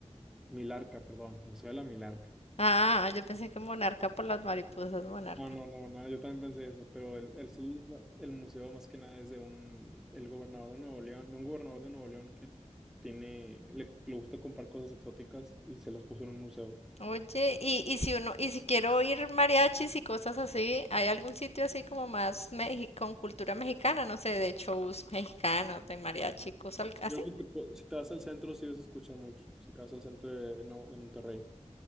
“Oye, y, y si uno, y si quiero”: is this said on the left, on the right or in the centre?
Left